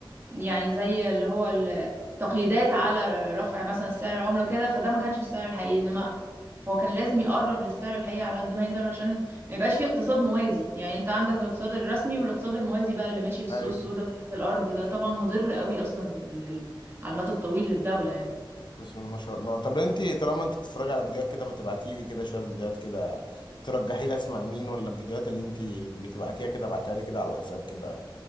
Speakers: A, on the right; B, on the left.
A: يعني زي اللي هو ال- تقييدات على رفع مثلا سعر العمله وكده فده ما كانش السعر الحقيقي انما هو كان لازم يقرب للسعر الحقيقي على قد ما يقدر عشان ما يبقاش في اقتصاد موازي يعني انت عندك الاقتصاد الرسمي والاقتصاد الموازي بقى اللي ماشي في السوق
B: ايوه
A: السوداء وتحت الارض ده طبعا مضر قوي اصلا لل- على المدى الطويل للدولة يعني
B: بسم الله ما شاء الله طب انت طالما انت بتتفرج على فيديوهات كده ما تبعتي لي كده شويه فيديوهات كده ترجحي لي اسمع مين ولا الفيديوهات اللي انت بتبعتيها كده ابعتها لي كده على الواتساب كده